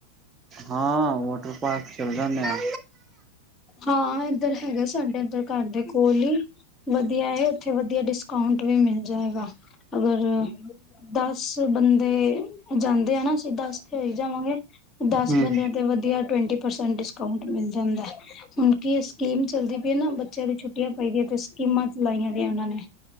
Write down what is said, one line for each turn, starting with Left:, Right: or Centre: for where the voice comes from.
Right: ਹਾਂ, ਵਾਟਰ ਪਾਰਕ ਚੱਲ ਜਾਂਦੇ ਆ।
Left: ਹਾਂ, ਇੱਧਰ ਹੈਗਾ ਸਾਡੇ ਇੱਧਰ ਘਰ ਦੇ ਕੋਲ ਹੀ। ਵਧੀਆ ਏ ਉੱਥੇ ਵਧੀਆ ਡਿਸਕਾਊਂਟ ਵੀ ਮਿਲ ਜਾਏਗਾ, ਅਗਰ ਦੱਸ ਬੰਦੇ ਜਾਂਦੇ ਆਨਾ, ਅਸੀਂ ਦੱਸ ਤੇ ਹੋ ਹੀ ਜਾਵਾਂਗੇ ਦੱਸ
Right: ਹੂੰ
Left: ਬੰਦੇ ਤੇ ਵਧੀਆ ਟਵੰਟੀ ਪਰਸੈਂਟ ਡਿਸਕਾਊਂਟ ਮਿਲ ਜਾਂਦਾ, ਹੁਣ ਕੀਂ ਏ ਸਕੀਮ ਚੱਲਦੀ ਪਈ ਏਨਾ, ਬੱਚਿਆਂ ਦੀ ਛੁੱਟੀਆਂ ਪੈਦੀਆਂ ਤੇ, ਸਕੀਮਾਂ ਚਲਾਈਆਂ ਦੇ ਉਹਨਾਂ ਨੇ।